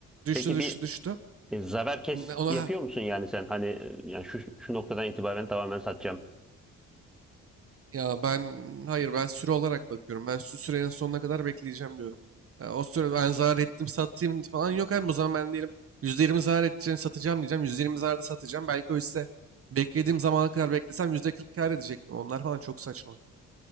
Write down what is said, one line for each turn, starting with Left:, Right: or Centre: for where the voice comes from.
Right: düştü
Centre: Peki
Right: düştü
Centre: bir
Right: düştü.
Centre: e, zarar kes
Right: Ona
Centre: yapıyor musun yani sen hani e, yani şu şu noktadan itibaren tamamen satacağım.
Right: Ya ben hayır ben süre olarak bakıyorum. Ben şu sürenin sonuna kadar bekleyeceğim diyorum. Ya o süre ben zarar ettim satayım falan yok hem o zaman ben diyelim %20 zarar edeceğini satacağım diyeceğim. %20 zararda satacağım. Belki o hisse beklediğim zamana kadar beklesem %40 kâr edecektim. Onlar falan çok saçma.